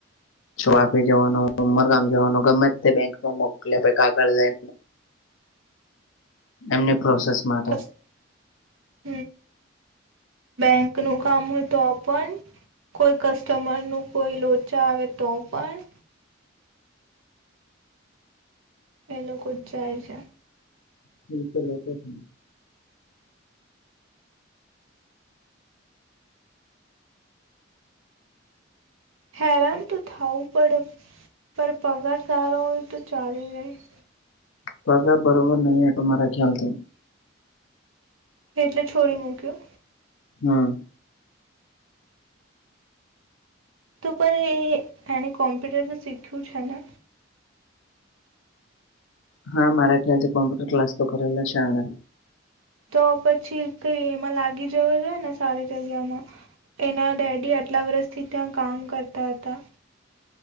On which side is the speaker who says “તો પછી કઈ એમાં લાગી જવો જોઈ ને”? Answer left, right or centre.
Right